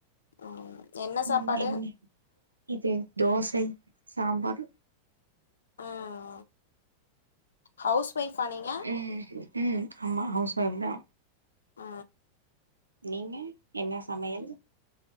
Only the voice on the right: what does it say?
ம்
என்ன இது தோசை சாம்பார்
ம் ம் ஆமா ஹவுஸ் ஒய்ஃப் தா
நீங்க என்ன சமையல்